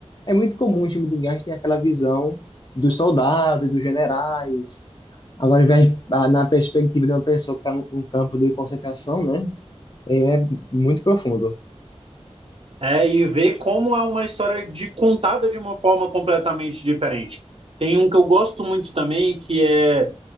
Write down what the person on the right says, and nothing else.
É, e ver como é uma história de contada de uma forma completamente diferente. Tem um que eu gosto muito também, que é,